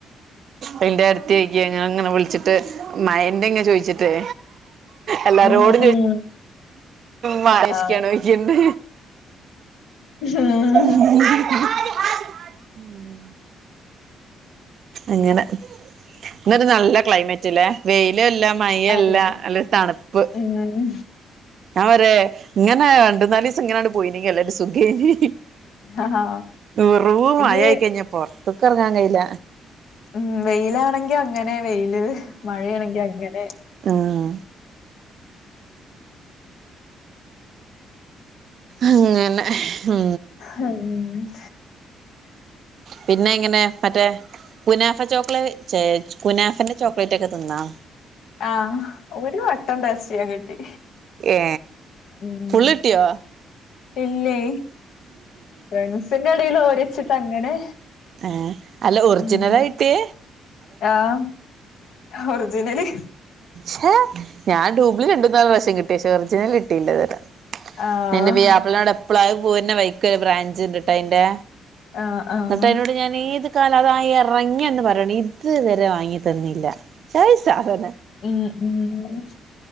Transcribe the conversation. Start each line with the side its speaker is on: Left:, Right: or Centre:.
Right: അതിന്റെ അടുത്ത ആക്ക അങ്ങനെ അങ്ങനെ വിളിച്ചിട്ട് മയന്റെ എങ്ങെ ചോയിിച്ചിട്ടേ എല്ലാ
Left: ഉം
Right: ോഡ്
Left: ഉം
Right: മനഷിക്കാണ്ക്കണ്ട്
Left: ആഹ് ഉം
Right: ഉ ഉ <unintelligible> അങ്ങനെ എന്നരു നല്ല ക്ലൈമറ്റ് അല്ലേ വെയില അല്ല മയല്ല
Left: അതെ അതെ
Right: അല്ല തണുപ്പ്
Left: ഉം
Right: ആ വരെ ഇങ്ങനെ രണ്ട നാല് ദിവസം ഇങ്ങനാണ് പോയിനെങ്ക അല്ല് സുഖേന്
Left: ആഹ്
Right: എറ
Left: ഇനി
Right: മഴായി കഴിഞ്ഞ പൊറത്തക്കെ ഇറങ്ങാൻ കയ്യില
Left: ഉം വെയിലാണെങ്കി അങ്ങനെ വെയില് മഴയാണെങ്കി അങ്ങനെ
Right: ആഹ അങ്ങനെ ഉ
Left: ഉം
Right: പിന്നെ ഇങ്ങനെ മറ്റേ കുനാഫ ചോക്ലേ കുനാ ചോക്ലേറ്റ് ഒക്കെ തിന്നാം
Left: ആഹ ഒരു വട്ടം ടാസ്റ്റ് ചെയ്യാൻ കിട്ടി
Right: ഏ
Left: ഉം
Right: ഫുള്ളിട്ടിയോ
Left: ഇല്ലേ ഫ്രണ്ട്സിന്റെടയിൽ ഓരച്ചിട്ട് അങ്ങനെ
Right: ആഏ അല്ല ഒറിജിനൽയിട്ടേ
Left: ഉം ആഹ് ഒർജിനലി
Right: പക്ഷേ ഞാൻ ഡൂബ്ി രണ്ടും നാല് വശ്യം കിട്ടിയ പക്ഷേ ഒറിജിനൽ കിട്ടയില്ല തരാ
Left: ആഹ്
Right: നിന്റെ ബിയപ്പിളിനോട് എപ്പഴായ പൂന്നെ വൈക്ക് ഒരു ബ്രാഞ്ച് ഇണ്ട്ട്ടാ അന്റെ
Left: ആഹ് ആഹ്
Right: എന്നട്ട് എന്നതിനോട് ഞാൻ ഏത് കാലം അതായറങ്ങന്ന് പറയണം ഇത്വരെ വാങ്ങി തന്നില്ല ച സാധന
Left: ഉം ഉം ഉം